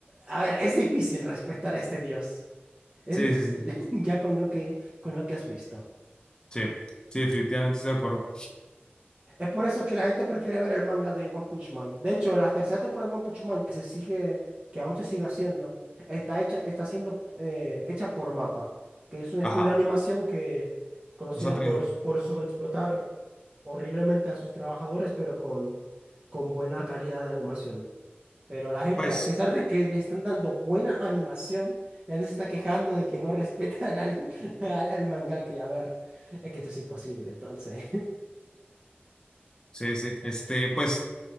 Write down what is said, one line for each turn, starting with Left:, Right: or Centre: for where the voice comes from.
Right: A ver, es difícil respetar a este dios. Es
Left: Sí,
Right: difícil,
Left: sí, sí.
Right: <laughs> ya con lo que, con lo que has visto.
Left: Sí, sí, definitivamente estoy de acuerdo.
Right: Es por eso que la gente prefiere ver el manga de One Punch Man. De hecho, la tercera temporada de One Punch Man, que se sigue, que aún se sigue haciendo, está hecha, está siendo eh, hecha por MAPPA, que es un estudio
Left: Ajá.
Right: de animación que conocida
Left: O sea, tres.
Right: por,
Left: d
Right: por sobreexplotar horriblemente a sus trabajadores, pero con, con buena calidad de animación. Pero la gente,
Left: Pues.
Right: a pesar de que le están dando buena animación, la gente se está quejando de que no respetan al, <laughs> al, al mangaka. Y a ver, es que esto es imposible, entonces.
Left: Sí, sí. Este, pues,